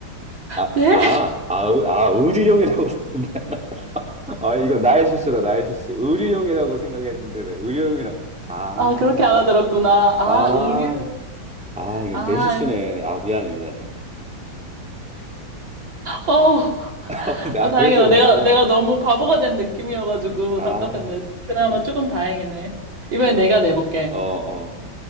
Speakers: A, in the centre; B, on the right.
A: 아,
B: 네?
A: 아, 아, 의- 아, 의료용이라고. <laughs> 미안하다. 아, 이거 나의 실수다, 나의 실수. 의료용이라고 생각했는데, 내 의료용이라고. 아,
B: 아 그렇게 알아들었구나. 아
A: 아,
B: 의료용.
A: 아, 이건
B: 아
A: 내 실수네. 아, 미안해, 미안해.
B: 어.
A: <laughs> 아,
B: 아, 다행이다.
A: 그래서,
B: 내가, 내가 너무 바보가 된 느낌이어가지고
A: 아,
B: 답답했네. 그나마
A: 그래,
B: 조금 다행이네.
A: 그래,
B: 이번에
A: 아,
B: 내가 내볼게.
A: 어, 어,